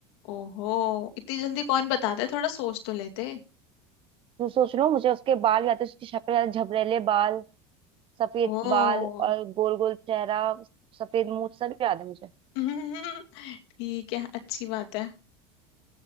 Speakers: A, on the left; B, on the right.
A: ओहो इतनी जल्दी कौन बताता है थोड़ा सोच तो लेते
B: तू सोच लो मुझे उसके बाल या तो उसकी शक्ल या झबरेले बाल सफेद
A: ओ
B: बाल और गोल गोल चेहरा सफेद मुंह सब याद है मुझे
A: <laughs> ठीक है अच्छी बात है